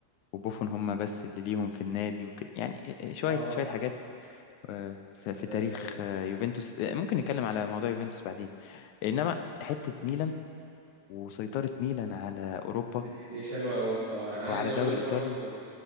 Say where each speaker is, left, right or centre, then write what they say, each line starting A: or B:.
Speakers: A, on the left; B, on the right.
A: وبوفون هم بس اللي ليهم في النادي وكده يعني آه، آه، شوية
B: اه
A: شوية حاجات آه، في
B: آه،
A: في تاريخ آه، يوفنتوس آه، ممكن نتكلم على موضوع يوفنتوس بعدين انما حتة ميلان وسيطرة ميلان على اوروبا
B: دي دي حلوه قوي بصراحه انا عايز
A: وعلى
B: اقول
A: دوري
B: لك برضو
A: ايطالي